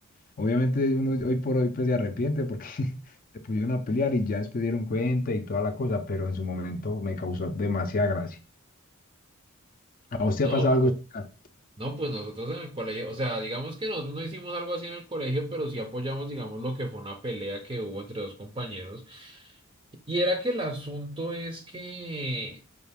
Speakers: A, on the left; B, on the right.
A: Obviamente, uno hoy por hoy pues, se arrepiente porque <laughs> se pusieron a pelear y ya después dieron cuenta y toda la cosa, pero en su momento me causó demasiada gracia. ¿A usted
B: no.
A: ha pasado algo similar?
B: No, pues nosotros en el colegio, o sea, digamos que nosotros no hicimos algo así en el colegio, pero sí apoyamos, digamos, lo que fue una pelea que hubo entre dos compañeros. Y era que el asunto es que,